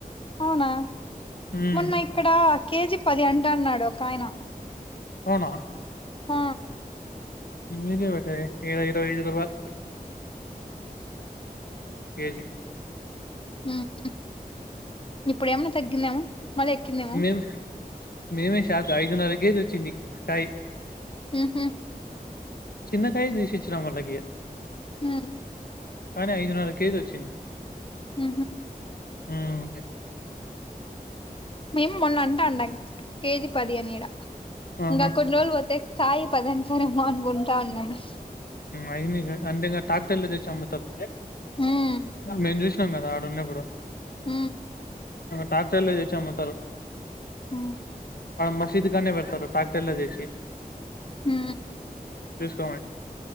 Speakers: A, on the left; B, on the left.
A: అవునా
B: మ్మ్
A: మొన్న ఇక్కడ కేజీ పది అంట వద్దన్నాడు ఒక ఆయన
B: అవునా
A: అ
B: మీదే బెటరే ఈడ ఇరవై ఐదు రూపాయల్ కేజీ
A: ఉ ఉ ఇప్పుడు ఏమన్నా తగ్గిందేమో మళ్ళీ ఎక్కిందేమో
B: మేం మేమే షాక్ అయిదు ఇన్నర కే జీ వచ్చింది కాయి
A: హమ్
B: చిన్నకాయ దీశించ వాళ్ళకి
A: హ
B: కానీ ఐదున్నర కేజీ వచ్చింది
A: హ
B: ఆ స
A: మేము మొన్న అంటే అండం కేజి పది అని ఇడ
B: ఆహా
A: ఇంకా కొన్ని రోజులు పోతే కాయి పదంటారు ఏమో అనుకుంటా వునము
B: అయి అంటి ఇకా టాక్టర్లో చేచ్చి అమ్ముతారు
A: హ్మ్
B: మేం <inaudible> కదా అడున్నపుడు
A: హ
B: ట్రాక్టర్ లో తెచ్చి అమ్ముతారు
A: హ
B: మసీదు కాడని పెడతారు ట్రాక్టర్ లో తీసే
A: హ
B: చూసుకోమని